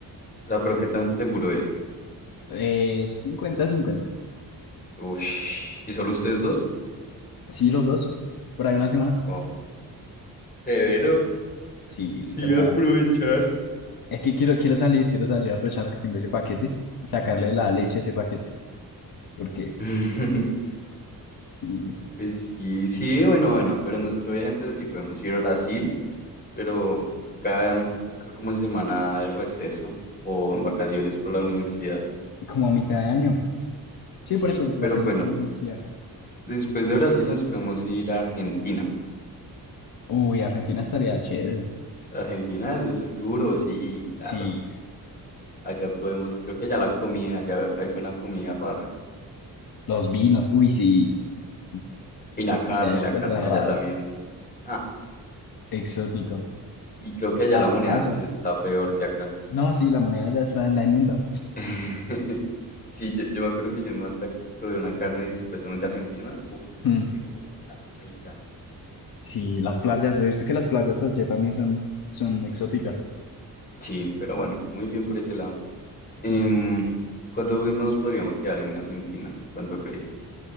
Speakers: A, on the left; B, on the left.
A: O sea, pero ¿qué tan seguro es?
B: Eh, cincuenta cincuenta
A: Ush. ¿Y solo ustedes dos?
B: Sí, los dos, por ahí una semana.
A: Bof, severo.
B: Sí,
A: Sí,
B: toca
A: aprovechar.
B: Es que quiero, quiero salir, quiero salir aprovechando que tengo ese paquete, sacarle la leche a ese paquete, porque
A: <laughs>
B: sí,
A: Pues sí, sí, bueno, bueno, pero nuestro viaje entonces sí podemos ir a Brasil, pero toca, em, toca como en semana de receso o en vacaciones por la universidad.
B: como a mitad de año. Sí,
A: Sí,
B: por eso, vacaciones
A: pero bueno,
B: de universidad.
A: después de Brasil nos podemos ir a Argentina.
B: Uy, Argentina estaría chévere.
A: Argentina es el duro, sí, claro.
B: Sí,
A: Allá podemos, creo que allá la comida, allá hay buena comida rara.
B: los vinos, uy, sí, sí, sí.
A: Y la carne,
B: Allá hay
A: la
B: cosas
A: carne de allá
B: raras,
A: también. Ah,
B: exótico.
A: y creo que allá
B: Las
A: la moneda
B: playas.
A: antes está peor que acá.
B: No, sí, la moneda ya está en la inmunda.
A: <laughs> Sí, yo, yo me acuerdo que yo en Malta probé una carne supuestamente argentina. Uf,
B: Mm,
A: qué cosa tan rica.
B: Sí, las playas, yo he visto que las playas allá también son, son exóticas.
A: Sí, pero bueno, muy bien por ese lado. Em,
B: Mm,
A: ¿cuánto tiempo nos podríamos quedar en Argentina? ¿Cuánto crees?